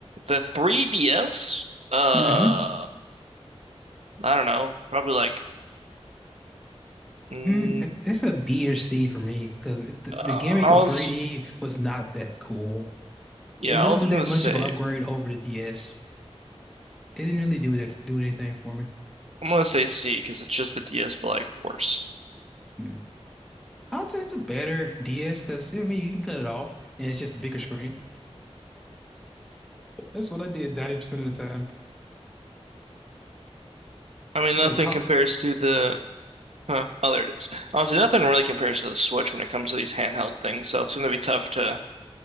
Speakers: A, on the right; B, in the centre.
A: The 3DS, uh,
B: hmm
A: I don't know, probably like, mm,
B: Mm, it- it's a B or C for me because the,
A: uh,
B: the gimmick
A: I
B: of
A: was,
B: 3D was not that cool.
A: yeah,
B: It wasn't
A: I was gonna
B: that much
A: say,
B: of an upgrade over the DS. It didn't really do it do anything for me.
A: I'm gonna say C because it's just the DS, but like worse.
B: Mm. I'd say it's a better DS because I mean you can cut it off and it's just a bigger screen. That's what I did 90% of the time.
A: I mean,
B: The
A: nothing
B: talk,
A: compares to the, huh, oh, there it is. Honestly, nothing really compares to the Switch when it comes to these handheld things, so it's gonna be tough to,